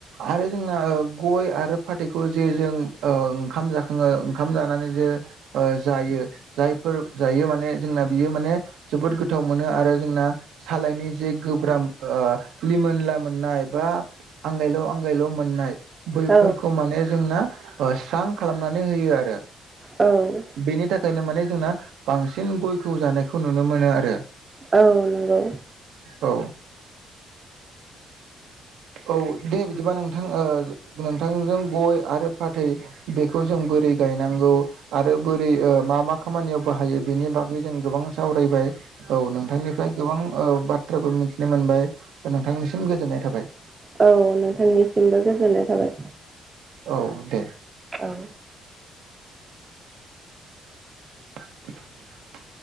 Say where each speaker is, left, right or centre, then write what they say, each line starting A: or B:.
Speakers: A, on the right; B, on the right.
A: आरो जोंना ओ गय आरो फाथैखौ जे जों ओ ओंखाम जाखाङो ओंखाम जानानै जे ओ जायो जायफोर जायो माने जोंना बियो माने जोबोद गोथाव मोनो आरो जोंना सालायनि जे गोब्राब ओ लिमोनला मोननाय बा आंगायल' आंगायल' मोननाय बैफोरखौ
B: औ
A: माने जोंना स्रां खालामनानै होयो आरो
B: औ
A: बेनि थाखायनो माने जोंना बांसिन गयखौ जानायखौ नुनो मोनो आरो
B: औ नंगौ
A: औ औ दे बिदिबा नोंथां नोंथांजों गय आरो फाथै बेखौ जों बोरै गायनांगौ आरो बोरै मा मा खामानियाव बाहायो बेनि बागै जों गोबां सावरायबाय औ नोंथांनिफ्राय गोबां बाथ्राबो मिथिनो मोनबाय नोंथांनिसिम गोजोननाय थाबाय।
B: औ नोंथांनिसिमबो गोजोननाय थाबाय
A: औ दे।
B: औ
A: <inaudible>